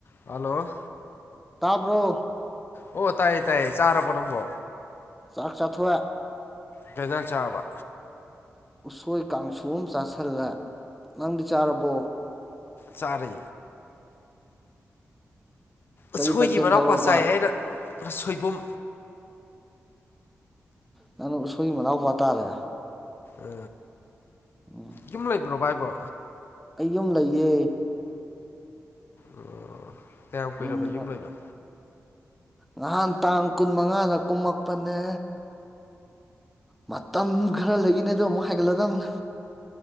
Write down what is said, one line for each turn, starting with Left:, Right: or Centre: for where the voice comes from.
Left: hello
Centre: ꯇꯥꯕ꯭ꯔꯣ
Left: ꯑꯣ ꯇꯥꯏꯌꯦ ꯇꯥꯏꯌꯦ ꯆꯥꯔꯕꯣ ꯅꯪꯕꯣ
Centre: ꯆꯥꯛ ꯆꯥꯍꯣꯛ ꯑ
Left: kei ꯑꯦꯟꯁꯥꯡ ꯆꯔꯕꯥ
Centre: ꯎꯁꯣꯏ ꯀꯥꯡꯁꯨ ꯑꯃ ꯆꯥꯥꯁꯜꯂꯦ ꯅꯪꯗꯤ ꯆꯥꯔꯕꯣ
Left: ꯆꯔꯦ
Centre: ꯀꯔꯤ
Left: ꯎꯁꯣꯏꯒꯤ
Centre: ꯃꯊꯦꯜ
Left: ꯃꯅꯥꯎꯄꯥ
Centre: ꯇꯧꯔꯕ
Left: ꯆꯥꯏ ꯑꯩꯅ ꯁꯣꯏꯕꯨꯝ
Centre: ꯅꯪꯅꯥ ꯎꯁꯣꯏꯒꯤ ꯃꯅꯥꯎꯄꯥ ꯇꯥꯔꯦ
Left: ꯎ
Centre: ꯎꯝ
Left: ꯌꯨꯝ ꯂꯩꯕ꯭ꯔꯣ ꯚꯥꯏꯕꯣ
Centre: ꯑꯩ ꯌꯨꯝ ꯂꯩꯌꯦ
Left: ꯑꯣ ꯀꯌꯥꯝ ꯀꯨꯏꯔꯕ
Centre: ꯌꯨꯝꯗ
Left: ꯌꯨꯝ ꯂꯩꯕ
Centre: ꯅꯍꯥꯟ ꯇꯥꯡ ꯀꯨꯟ ꯃꯉꯥꯗ ꯀꯨꯝꯃꯛꯄꯅꯦ ꯃꯇꯝ ꯈꯔ ꯂꯩꯈꯤꯅꯦ ꯑꯗꯣ ꯑꯃꯨꯛ ꯍꯥꯏꯒꯠꯂꯗꯅꯦ